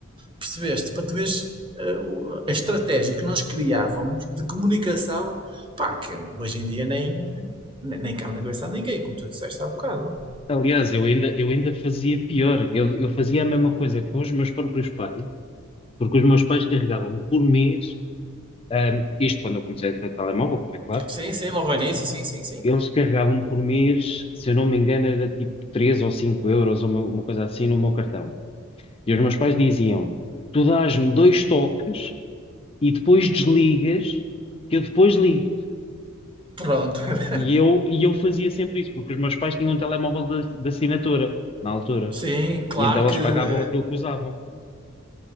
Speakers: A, on the right; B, on the left.
A: Percebeste? Para tu veres uh, a estratégia que nós criávamos de comunicação, pá, que hoje em dia nem, nem, nem cabe na cabeça de ninguém, como tu disseste há bocado.
B: Aliás, eu ainda, eu ainda fazia pior. Eu, eu fazia a mesma coisa com os meus próprios pais, porque os meus pais carregavam-me por mês, ahm, isto quando eu comecei a ter telemóvel, como é claro,
A: Sim, sim, logo ao início, sim, sim, sim.
B: eles carregavam-me por mês, se eu não me engano, era tipo 3 ou 5 euros, ou uma, uma coisa assim, no meu cartão. E os meus pais diziam tu dás-me dois toques e depois desligas, que eu depois ligo.
A: Pronto. <laughs>
B: E eu, e eu fazia sempre isso, porque os meus pais tinham um telemóvel de, de assinatura, na altura.
A: Sim, claro
B: E então eles
A: que.
B: pagavam
A: uh,
B: aquilo que usavam.